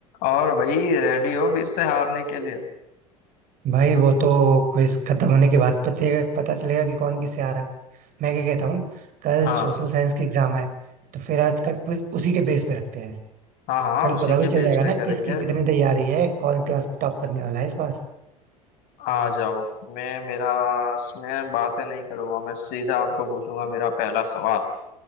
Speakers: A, on the left (about 55°); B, on the right (about 45°).
A: और भाई रेडी हो फिर से हारने के लिए
B: भाई वो तो क्विज खत्म होने के बाद पते पता चलेगा कि कौन किससे आ रहा मैं क्या कहता हूँ कल
A: हाँ
B: सोशल साइंस की एग्जाम है तो फिर आज का क्विज उसी के बेस पे रखते हैं
A: हाँ हाँ
B: कल
A: उसी
B: पता
A: के
B: भी चल
A: बेस
B: जाएगा
A: पे
B: ना
A: करेंगे
B: किसकी कितनी तैयारी है कौन क्लास टॉप करने वाला है इस बार
A: आ जाओ मैं मेरा मैं बातें नहीं करूंगा मैं सीधा आपको पूछूंगा मेरा पहला सवाल